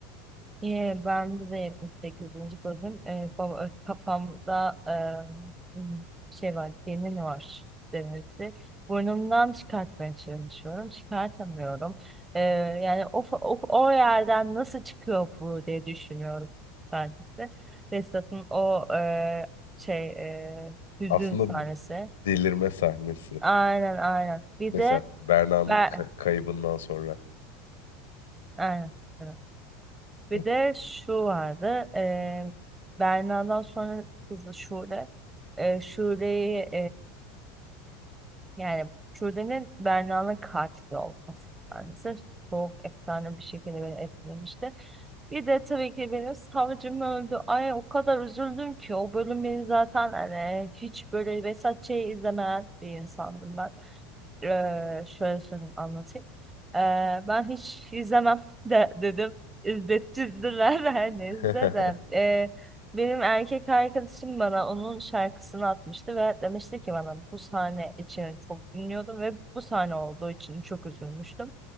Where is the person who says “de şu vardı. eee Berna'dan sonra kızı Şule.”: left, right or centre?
Right